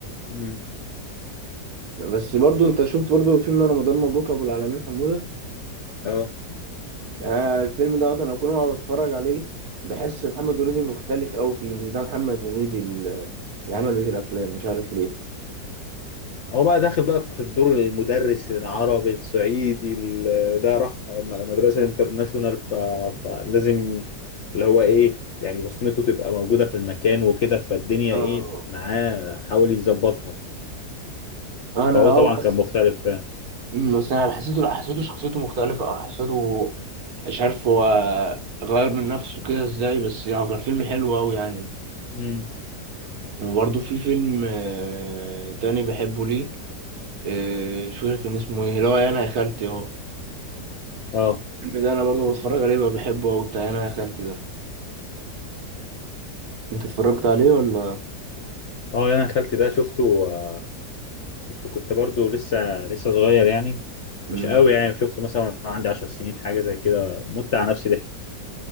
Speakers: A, on the left; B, on the right.
A: امم
B: بس برضه انت شفت برضه فيلم رمضان مبروك ابو العالمين حموده
A: اه
B: آه الفيلم دوت انا كل ما بتفرج عليه بحس محمد هنيدي مختلف قوي فيه مش ده محمد هنيدي ال- اللي عمل بيت الافلام مش عارف ليه
A: هو بقى داخل بقى في الدور المدرس العربي الصعيدي ال- ده راح م- مدرسة انترناشونال ف... فلازم اللي هو ايه يعني بصمته تبقى موجودة في المكان وكده فالدنيا
B: اه
A: ايه معاه حاول يظبطها
B: انا
A: فهو
B: اه
A: طبعا كان
B: بس
A: مختلف فعلا
B: أمم، بس انا حسيته لا حسيته شخصيته مختلفه اه حسيته مش عارف هو غير من نفسه كده ازاي بس يعني هو كان فيلم حلو قوي يعني
A: امم
B: وبرده في فيلم آه، تاني بحبه ليه آه، مش فاكر كان اسمه ايه اللي هو انا يا خالتي اه
A: اه
B: الفيلم ده انا برضو بتفرج عليه بقى بحبه قوي بتاع انا يا خالتي ده انت اتفرجت عليه ولا
A: اه يعني انا خالتي ده شفته آه، شفته كنت برضو لسه لسه صغير يعني
B: مم.
A: مش قوي يعني شفته مثلا وأنا عندي عشر سنين حاجه زي كده مت على نفسي ضحك